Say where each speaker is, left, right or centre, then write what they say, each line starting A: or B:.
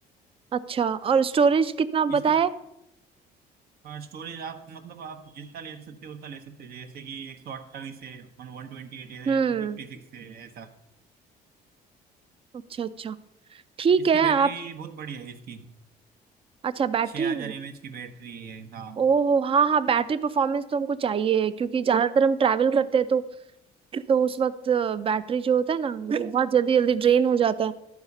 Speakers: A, on the right (about 35°); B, on the right (about 65°).
A: अच्छा और स्टोरेज कितना
B: इसकी
A: बताए
B: हाँ स्टोरेज आप मतलब आप जितना ले सकते हो उतना ले सकते हो जैसे कि एक सौ अट्ठाईस है वन ट्वेंटी एट है
A: हम्म
B: टू फिफ्टी सिक्स है ऐसा
A: अच्छा अच्छा ठीक
B: इसकी
A: है
B: बैटरी
A: आप
B: बहुत बढ़िया है इसकी
A: अच्छा बैटरी
B: छः हजार एम एच की बैटरी है हाँ
A: ओह हाँ हाँ बैटरी परफॉर्मेंस तो हमको चाहिए क्योंकि ज्यादातर हम ट्रैवल करते हैं तो तो उस वक्त बैटरी जो होता है ना वो <laughs> बहुत जल्दी जल्दी ड्रेन हो जाता